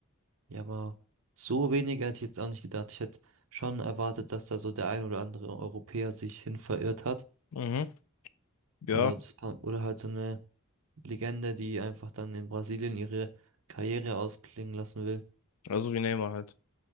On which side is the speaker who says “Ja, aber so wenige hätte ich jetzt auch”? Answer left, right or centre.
Right